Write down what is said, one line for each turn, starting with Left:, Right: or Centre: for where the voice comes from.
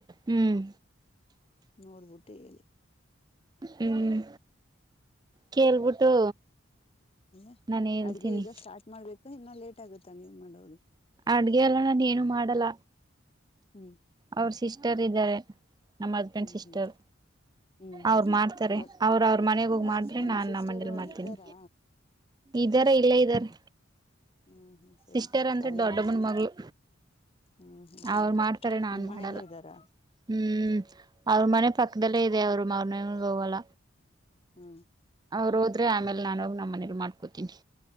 Right: ಹ್ಮ್
Left: ನೋಡ್ಬಿಟ್ಟು ಹೇಳಿ
Right: ಹ್ಮ್ ಕೇಳ್ಬಿಟ್ಟು
Left: ೆ
Right: ನಾನು ಹೇಳ್ತೀನಿ
Left: ಅಡ್ಗೆ ಈಗ ಸ್ಟಾರ್ಟ್ ಮಾಡ್ಬೇಕು ಇನ್ನ ಲೇಟ್ ಆಗುತ್ತಾ ನೀವು್ ಮಾಡೋದು
Right: ಅಡ್ಗೆಯಲ್ಲ ನಾನ ಏನು ಮಾಡಲ್ಲ
Left: ಹ್ಮ್
Right: ಅವ್ರ ಸಿಸ್ಟರ್ ಇದ್ದಾರೆ ನಮ್ಮ್ ಹಸ್ಬೆಂಡ್
Left: ಹ್ಮ್
Right: ಸಿಸ್ಟರ್
Left: ಹ್ಮ್ ಹ್ಮ್ ಹ್ಮ್
Right: ಅವ್ರು ಮಾಡ್ತಾರೆ
Left: ಬ
Right: ಅವ್ರ ಅವ್ರ ಮನೆಗ
Left: ನಿಮ್ಮ
Right: ಹೋಗಿ ಮಾಡ್ರೆ
Left: ಹಸ್ಬೆಂಡ್
Right: ನಾನ್
Left: ಸಿಸ್ಟರ್
Right: ನ ಮನೇಲ್ ಮಾಡ್ತೀನಿ
Left: ಇದ್ದಾರಾ
Right: ಇದ್ದಾರೆ ಇಲ್ಲ ಇದ್ದಾರೆ
Left: ಹ್ಮ್ ಹ್ಮ್ ಸರಿ
Right: ಸಿಸ್ಟರ್
Left: ಸರಿ
Right: ಅಂದ್ರೆ
Left: ಅವ್ರೇ
Right: ದೊಡ್ಡಮ್ಮನ
Left: ಮಾಡ್ಕೋತಾರ
Right: ಮಗಳು
Left: ಹ್ಮ್ ಹ್ಮ್
Right: ಅವ್ರು ಮಾಡ್ತಾರೆ ನಾನ್
Left: ನಿಮ್ ಮನೆಯಲ್ಲೇ
Right: ಮಾಡಲ್ಲ
Left: ಇದ್ದಾರಾ
Right: ಹ್ಮ್ ಅವ್ರ ಮನೆ ಪಕ್ಕದಲ್ಲೇ
Left: ಹ್ಮ್
Right: ಇದೆ ಅವ್ರು ಮ್ರ ಹಲ
Left: ಹ್ಮ
Right: ಅವ್ರು ಹೋದ್ರೆ ಆಮೇಲೆ, ನಾನೋಗಿ ನಮ್ಮ ಮನರು ಮಾಡ್ಕೋತೀನಿ.